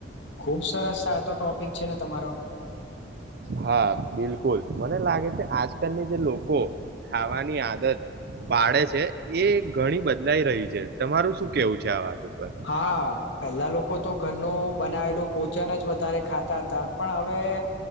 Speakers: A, on the left; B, on the right.
A: ખુબ સરસ સાતો ટોપિક છે ને તમારો.
B: હા બિલકુલ મને લાગે છે. આજકાલની જે લોકો ખાવાની આદત પાડે છે એ ઘણી બદલાઈ રહી છે. તમારું શું કેવું છે આ વાત ઉપર
A: હા પહેલા લોકો તો ઘરનું બનાવેલું ભોજન જ વધારે ખાતા હતા પણ હવે